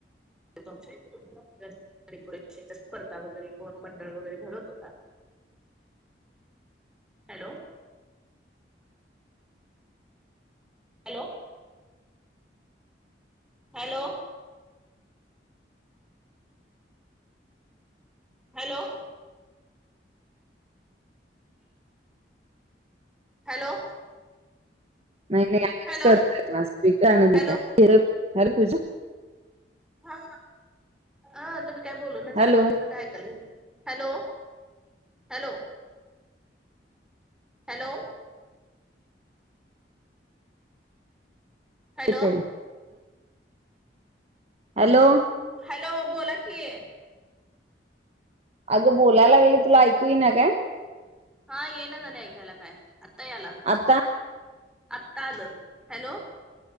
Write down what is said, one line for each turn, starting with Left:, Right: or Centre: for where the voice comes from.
Centre: तुमच्या इथ <unintelligible> स्पर्धा वगैरे कोण मंडळ वगैरे भरवत का? Hello hello hello hello hello
Right: नाय नाय आम्हीच
Centre: हॅलो
Right: करतय
Centre: हॅलो
Right: <unintelligible> पूजा
Centre: हा हा तुम्ही काय बोलू ना झाला
Right: हॅलो
Centre: मला वाटलं काय ऐकाल हॅलो हॅलो हॅलो हॅलो
Right: येतय. हॅलो
Centre: हॅलो बोला की,
Right: अगं बोलायला लागले तुला ऐकू येईना काय
Centre: हा ये ना झालय ऐकायला काय आत्ता याला
Right: आता
Centre: आता आल हॅलो